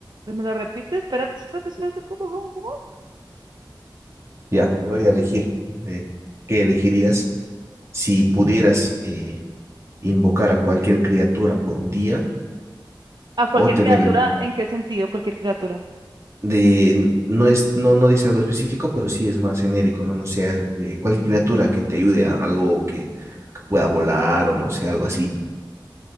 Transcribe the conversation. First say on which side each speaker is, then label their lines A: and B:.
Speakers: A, on the right; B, on the right.
A: ¿me lo repites? Espérate, espérate, espérate, ¿cómo, cómo, cómo?
B: Ya, te voy a elegir. eh, ¿qué elegirías si pudieras eh, invocar a cualquier criatura por un día
A: A cualquier
B: o tener
A: criatura,
B: el
A: ¿en qué sentido? Cualquier criatura.
B: de, no es, no, no dice algo específico, pero sí es más genérico, ¿no? No sea eh, cualquier criatura que te ayude a algo que, que pueda volar o no sé, algo así.